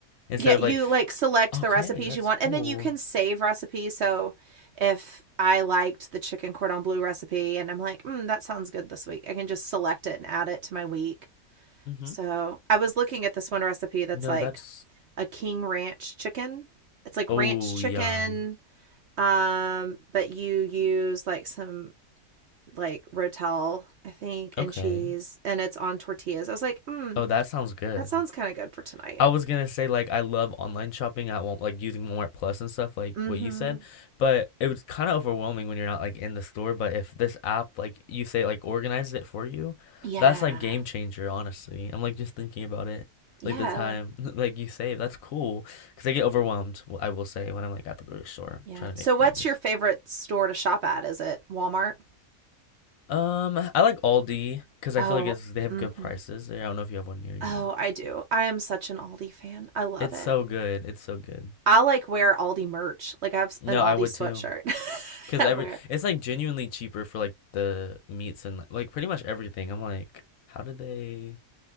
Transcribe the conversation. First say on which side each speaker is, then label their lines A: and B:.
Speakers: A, on the left; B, on the right.
A: instead
B: Yeah,
A: of
B: you
A: like,
B: like select
A: okay,
B: the recipes
A: that's
B: you want
A: cool.
B: and then you can save recipes. So if I liked the chicken cordon bleu recipe and I'm like, mm, that sounds good this week, I can just select it and add it to my week.
A: Mm-hmm.
B: So I was looking at this one recipe that's
A: No,
B: like
A: that's
B: a king ranch chicken. It's like
A: oh,
B: ranch chicken,
A: yum.
B: um, but you use like some like rotel, I think, and
A: Okay.
B: cheese, and it's on tortillas. I was like, mm,
A: Oh, that sounds good.
B: that sounds kind of good for tonight.
A: I was gonna say like I love online shopping. I won't like using Walmart Plus and stuff like
B: Mm-hmm.
A: what you said, but it was kind of overwhelming when you're not like in the store. But if this app like you say like organizes it for you,
B: Yeah.
A: that's like game changer. Honestly, I'm like just thinking about it,
B: Yeah.
A: like the time <laughs> like you save. That's cool because I get overwhelmed. w- I will say when I'm like at the grocery store
B: Yeah.
A: trying to
B: So,
A: make
B: what's
A: things.
B: your favorite store to shop at? Is it Walmart?
A: Um, I like Aldi because I
B: Oh,
A: feel like it's they have
B: mm-hmm.
A: good prices. I don't know if you have one near you.
B: oh, I do. I am such an Aldi fan. I love
A: It's
B: it.
A: so good. It's so good.
B: I like wear Aldi merch. Like I have
A: No,
B: an Aldi
A: I would
B: sweatshirt.
A: too. Because
B: <laughs> I
A: every
B: wear.
A: it's like genuinely cheaper for like the meats and like pretty much everything. I'm like, how did they